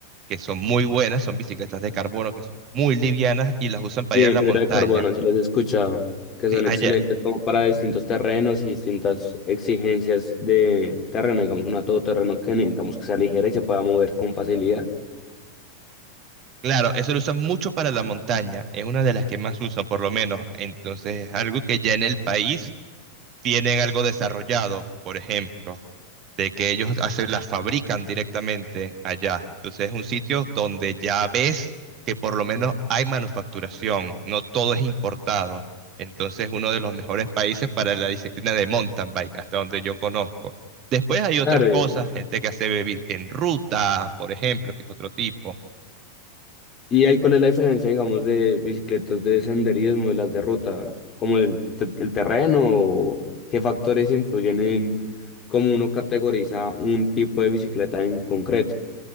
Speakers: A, on the right; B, on the left.
A: que son muy buenas, son bicicletas de carbono que son muy livianas y las usan para
B: Y
A: ir
B: en
A: a la
B: fibra
A: montaña.
B: de carbono, si los he escuchado, que
A: Sí,
B: son
A: allá,
B: excelentes como para distintos terrenos y distintas exigencias de terreno, digamos, una todoterreno que necesitamos que sea ligera y se pueda mover con facilidad.
A: Claro, eso lo usan mucho para la montaña, es una de las que más usan por lo menos, entonces es algo que ya en el país tienen algo desarrollado, por ejemplo, de que ellos hacen, las fabrican directamente allá, entonces es un sitio donde ya ves que por lo menos hay manufacturación, no todo es importado, entonces uno de los mejores países para la disciplina de mountain bike, hasta donde yo conozco. Después hay otras
B: Claro,
A: cosas,
B: y
A: gente que hace bebi- en ruta, por ejemplo, que es otro tipo
B: y ahí cuál es la diferencia, digamos, de bicicletas de senderismo y las de ruta, como el, te- el terreno o qué factores influyen en cómo uno categoriza un tipo de bicicleta en concreto.